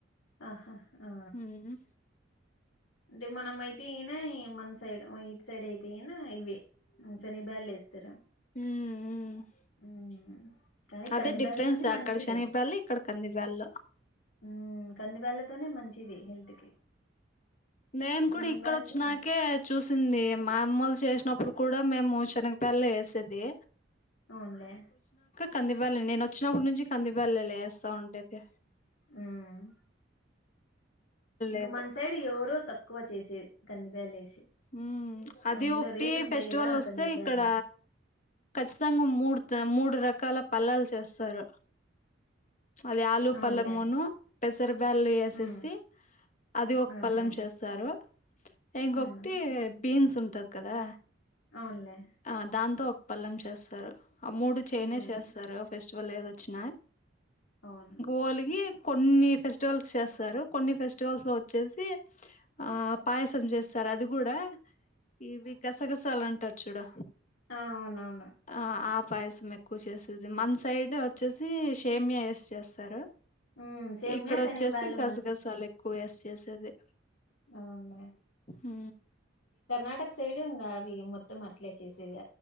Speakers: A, on the left (about 80°); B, on the left (about 40°).
A: ఆహా ఆ
B: ఉమ్,
A: అంటే మనమై టి గినా మన సైడ్ ఇటు సైడ్ అయితే అయినా ఇవే శనిగ బ్యాలు వేస్తారు
B: ఉమ్ హు
A: ఉమ్ కానీ
B: అదే
A: కందిబ్యాళ్ళతోనే
B: డిఫరెన్స్ అక్కడ
A: మంచిదే
B: శనిగబ్యాలు ఇక్కడ కంది బ్యాలు
A: ఉమ్ కంది బ్యాల తోనే మంచిది హెల్త్ కి
B: నేను
A: శనిబ్యాళ్ళు
B: కూడా ఇక్కడ వచ్చినాకే చూసింది మా అమ్మల సైడ్ చేసినప్పుడు కూడా మేము శనగ బ్యాలే వేసేది
A: అవున్ లే
B: కంది బ్యాలే నేను వచ్చినప్పుడు నుంచి కంది బ్యాలే వేస్తా ఉండేది
A: ఉమ్ ఇంకా
B: లేదు
A: మన సైడ్ ఎవరు తక్కువ చేసేది కందిబ్యాళ్ళు వేసి
B: ఉమ్ అది
A: అందులో
B: ఒకటి
A: రేటు ఉంటాయి
B: ఫెస్టివల్
A: కదా ఆ
B: వస్తే
A: కందిబ్యాళ్ళు
B: ఇక్కడ ఖచ్చితంగా మూడుత మూడు రకాల పల్లాలు చేస్తారు అది ఆలు
A: అవునులే
B: పల్లమూను పెసరపు బ్యాలు వేసేసి
A: ఉమ్
B: అది ఒక
A: అవునులే
B: పలెం చేస్తారు ఇంకొకటి
A: ఉమ్
B: బీన్స్ ఉంటాది కదా
A: అవునులే
B: ఆ దాంతో ఒక పల్లెం చేస్తారు ఆ మూడు చేయానే
A: ఉమ్
B: చేస్తారు ఫెస్ట్ వల్ ఏది వచ్చిన
A: అవును
B: ఒలిగి కొన్ని ఫెస్టివల్స్ కీ చేస్తారు కొన్ని ఫెస్టివల్స్ లో వచ్చేసి ఆ పాయసం చేస్ స్తరు అది కూడా ఇవి గసగసాల అంటారు చూడు
A: అవున
B: ఆ ఆప్ పాయసం ఎక్కువ చేసేది మన్ సైడ్ వచ్చేసి షేమియా ఏసి చేస్తారు
A: ఉమ్ సేమ్యా
B: ఇక్కడ
A: శనగబ్యాళ్ళు
B: అచ్చేసి గసగసాలు ఎక్కువేసి చేసేదే
A: అవున్లే
B: హు
A: అంటే సైడేం గాదు ఆవి మొత్తం అట్లే చేసేదే